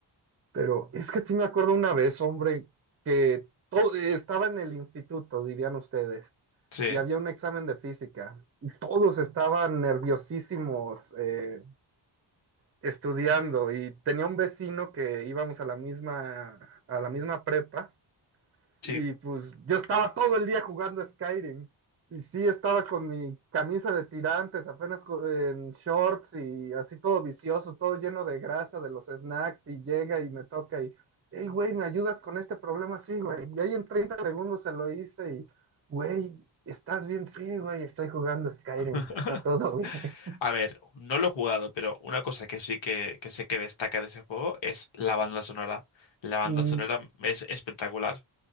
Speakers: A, on the right; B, on the left.
A: pero es que sí me acuerdo una vez, hombre, que todo, estaba en el instituto, dirían ustedes,
B: Sí,
A: y había un examen de física, y todos estaban nerviosísimos eh, estudiando, y tenía un vecino que íbamos a la misma, a la misma prepa,
B: sí.
A: y pues yo estaba todo el día jugando Skyrim. Y sí, estaba con mi camisa de tirantes, apenas co- en shorts y así todo vicioso, todo lleno de grasa de los snacks. Y llega y me toca y, hey, güey, ¿me ayudas con este problema? Sí, güey. Y ahí en 30 segundos se lo hice y, güey, ¿estás bien? Sí, güey, estoy jugando Skyrim,
B: <laughs>
A: está todo bien. <laughs>
B: A ver, no lo he jugado, pero una cosa que sí que, que sé que destaca de ese juego es la banda sonora. La banda
A: Mm,
B: sonora es espectacular.